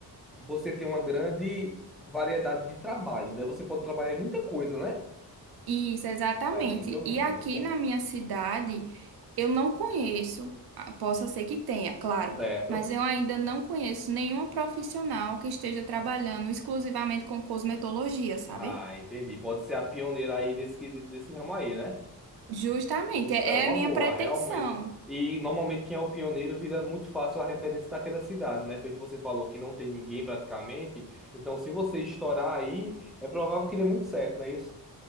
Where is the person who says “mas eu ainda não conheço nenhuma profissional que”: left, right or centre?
Right